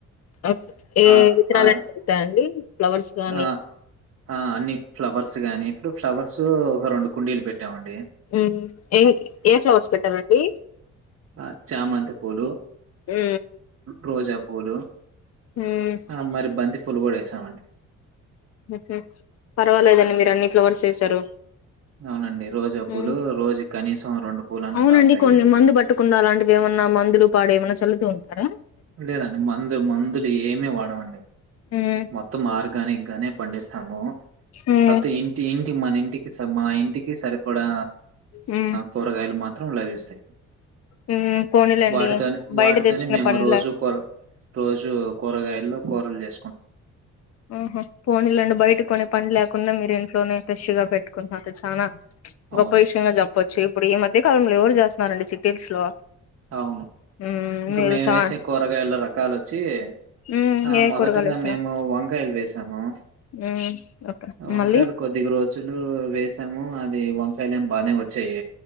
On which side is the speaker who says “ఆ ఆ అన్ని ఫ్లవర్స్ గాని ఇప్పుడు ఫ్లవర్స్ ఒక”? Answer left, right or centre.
Right